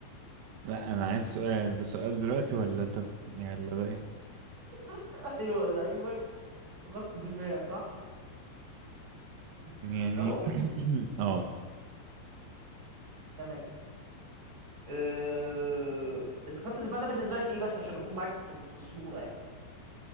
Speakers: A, on the right; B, on the right.
A: لا انا عايز سؤال ده سؤال دلوقتي ولا انت يلا ده ايه
B: <laughs> ايوه لعيبك في خط الدفاع صح
A: يعني
B: اهو
A: <clears throat> اه
B: تمام أه... انت خط الدفاع ده بالنسبه لك ايه بس عشان اكون معاك في في الصوره يعني